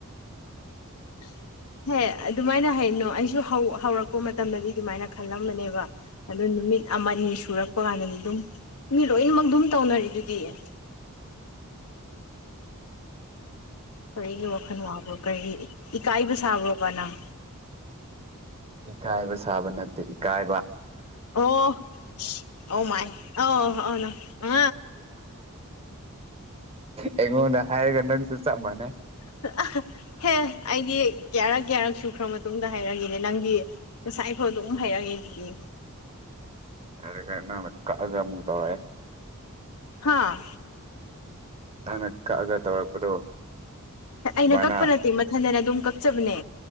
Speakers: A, on the left; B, on the right.
A: <unintelligible> ꯍꯦ ꯑꯗꯨꯃꯥꯏꯅ ꯍꯥꯏꯩꯅꯣ ꯑꯩꯁꯨ ꯍꯧꯔꯛꯄ ꯃꯇꯝꯗꯗꯤ ꯑꯗꯨꯃꯥꯏꯅ ꯈꯜꯂꯝꯕꯅꯦꯕ ꯑꯗꯨ ꯅꯨꯃꯤꯠ ꯑꯃꯅꯤꯅꯤ ꯁꯨꯔꯛꯄ ꯀꯥꯟꯗꯗꯤ ꯑꯗꯨꯝ ꯃꯤ ꯂꯣꯏꯅꯃꯛ ꯑꯗꯨꯝ ꯇꯧꯅꯔꯤ ꯑꯗꯨꯗꯤ <unintelligible> ꯀꯔꯤꯒꯤ ꯋꯥꯈꯜ ꯋꯥꯕꯣ ꯀꯔꯤꯒꯤ ꯏꯀꯥꯏꯕ ꯁꯥꯕ꯭ꯔꯣꯕ ꯅꯪ
B: ꯏꯀꯥꯏꯕ ꯁꯥꯕ ꯅꯠꯇꯦ ꯏꯀꯥꯏꯕ
A: ꯑꯣ ꯑꯣ ꯃꯥꯏ ꯑ ꯑꯅ ꯑ
B: ꯑꯩꯉꯣꯟꯗ ꯍꯥꯏꯔꯒ ꯅꯪꯁꯨ ꯆꯞ ꯃꯥꯟꯅꯩ
A: <unintelligible> ꯍꯦ ꯑꯩꯗꯤ ꯀꯌꯥꯔꯛ ꯀꯌꯥꯔꯛ ꯁꯨꯈ꯭ꯔ ꯃꯇꯨꯡꯗ ꯍꯥꯏꯔꯛꯦꯅꯦ ꯅꯪꯗꯤ ꯉꯁꯥꯏꯐꯥꯎ ꯑꯗꯨꯝ ꯍꯥꯏꯔꯒꯦ ꯍ
B: ꯑꯗ ꯀꯥꯏ ꯀꯛꯑꯒ ꯑꯃꯨꯛ ꯇꯧꯔꯛꯑꯦ
A: ꯍꯥꯥ
B: ꯅꯅꯛ ꯀꯛꯑꯒ ꯇꯧꯔꯛꯄꯗꯣ
A: ꯑꯩꯅ
B: ꯁꯨꯃꯥꯏꯅ
A: ꯀꯛꯄ ꯅꯠꯇꯦ ꯃꯊꯟꯗꯅ ꯑꯗꯨꯝ ꯀꯛꯆꯕꯅꯦ